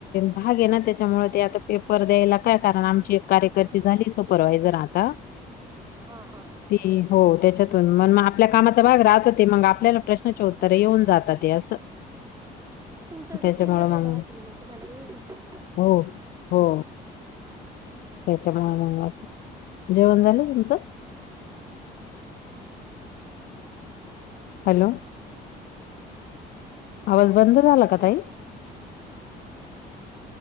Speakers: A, on the left; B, on the right.
A: भाग ये ना त्याच्यामुळे ते आता पे पर द्यायला काय कारण आमची एक कार्यकर्ती झालीये सुपरवायजर आता
B: हा हा हा
A: ती हो त्याच्यातून मग मग आपल्या कामाचा भाग राहत ते मग आपल्याला प्रश्नाचे उत्तर येऊन जातात ते असं
B: तुमचं रुटींग
A: त्याच्यामुळं
B: मधला
A: मग
B: भाग ये म्हणून तुम्हाला असतं.
A: हो, हो. त्याच्यामुळे मग आस जेवण झालं का तुमचं. हॅलो आवाज बंद झाला का ताई.